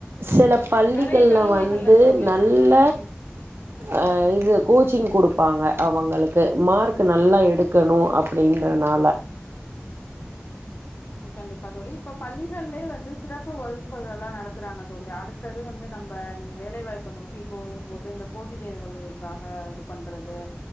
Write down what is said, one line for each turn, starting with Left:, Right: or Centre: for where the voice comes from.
Right: சில பள்ளிகள்ல
Left: நெறைய கல்லூரிகள்ல
Right: வந்து
Left: தோழி
Right: நல்ல
Left: ம்
Right: அஹ் இது கோச்சிங் கொடுப்பாங்க அவங்களுக்கு மார்க் நல்லா எடுக்கணும் அப்படின்றனால
Left: கண்டிப்பா தோழி இப்ப பள்ளிகள்லயே வந்து சிறப்பு வகுப்புகள் எல்லாம் நடத்துறாங்க தோழி அடுத்தது வந்து நம்ம நீங்க வேலைவாய்ப்பு நோக்கி போகும்போது இந்த போட்டி தேர்வுலக்காக இது பண்றது